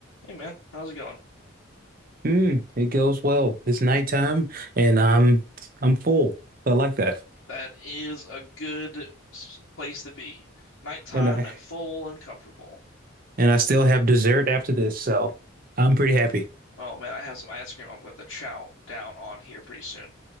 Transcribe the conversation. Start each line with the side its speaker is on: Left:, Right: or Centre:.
Left: Hey man, how's it going?
Right: Mm, it goes well. It's nighttime and I'm I'm full. I like that.
Left: That is a good s- place to be. Nighttime
Right: And I
Left: and full and comfortable.
Right: and I still have dessert after this, so I'm pretty happy.
Left: Oh man, I have some ice cream. I'm going to chow down on here pretty soon